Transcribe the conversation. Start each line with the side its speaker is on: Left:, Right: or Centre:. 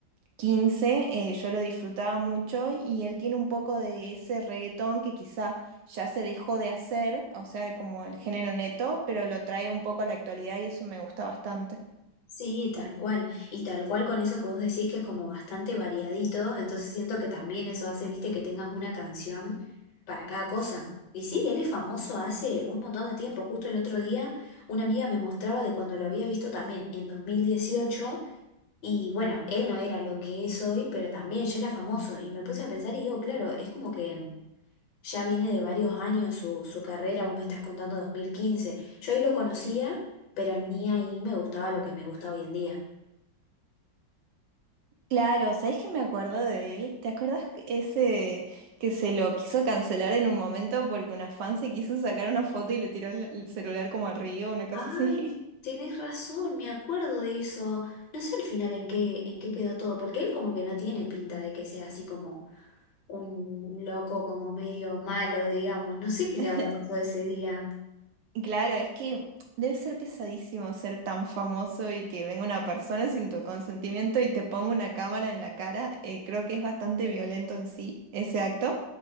Right: quince eh, yo lo disfrutaba mucho y él tiene un poco de ese reggaetón que quizá ya se dejó de hacer, o sea, como el género neto, pero lo trae un poco a la actualidad y eso me gusta bastante.
Left: Sí, tal cual. Y tal cual con eso que vos decís que es como bastante variadito, entonces siento que también eso hace, viste, que tengas una canción para cada cosa. Y sí, él es famoso hace un montón de tiempo. Justo el otro día una amiga me mostraba de cuando lo había visto también en 2018 y bueno, él no era lo que es hoy, pero también ya era famoso. Y me puse a pensar y digo, claro, es como que ya viene de varios años su, su carrera, vos me estás contando 2015, Yo ahí lo conocía, pero ni ahí me gustaba lo que me gusta hoy en día.
Right: Claro, ¿sabés que me acuerdo de él? ¿Te acuerdas ese que se lo quiso cancelar en un momento porque una fan se quiso sacar una foto y le tiró el el celular como al río, una cosa
Left: Ay,
Right: así?
Left: tenés razón, me acuerdo de eso. No sé al final en qué, en qué quedó todo, porque él como que no tiene pinta de que sea así como un loco, como medio malo, digamos. No sé qué
Right: <laughs>
Left: le habrá pasado ese día.
Right: Claro, es que debe ser pesadísimo ser tan famoso y que venga una persona sin tu consentimiento y te ponga una cámara en la cara. Eh, creo que es bastante violento en sí ese acto.